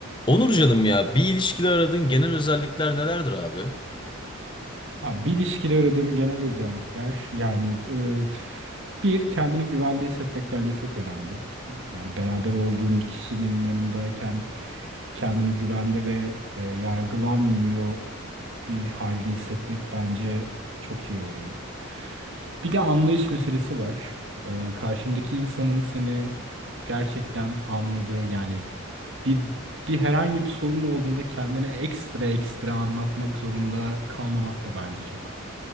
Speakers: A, on the left (about 20°); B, on the right (about 60°).
A: Onur canım ya bir ilişkide aradığın genel özellikler nelerdir abi?
B: Abi bir ilişkide aradığım genel özellikler yani e, bir kendini güvende hissetmek bence çok önemli. Yani beraber olduğun kişinin yanındayken kendini güvende ve e, yargılanmıyor bir halde hissetmek bence çok iyi oluyor. Bir de anlayış meselesi var. E, karşındaki insanın seni gerçekten anladığı yani bir bir herhangi bir sorun olduğunda kendine ekstra ekstra anlatmak zorunda kalmamak da bence çok